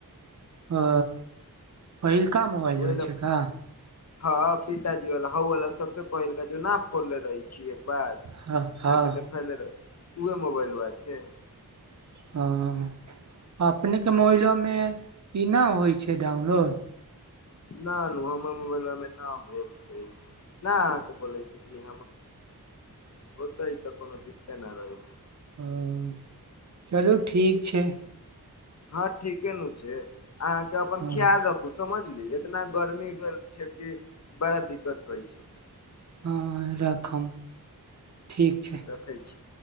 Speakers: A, on the right (about 50°); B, on the left (about 50°).
A: ओ पहिलका मोबाइलबा
B: ओहि ल
A: छै का
B: हँ पिताजी वला हौवला सबसँ पहिलका जो न फोरले रहै छिय एक बार अहाँके
A: हँ हँ
B: देखैले रहि उएह मोबाइलबा छै
A: हँ अपनेके मोबाइलबामे ई नहि होइ छै डाउनलोड
B: न न हमर मोबाइलमे न भेल छै न अहाँके बोलै छी बात कोनो दिक्ते न रहै छै <inaudible>
A: हँ चलू ठीक छै
B: हँ ठीके न छै अहाँके अपन
A: हँ
B: ख्याल रखू समझली इतना गर्मी भेल छै कि बड़ा दिक्कत होइ छै
A: हँ रखम ठीक छै
B: रखै छी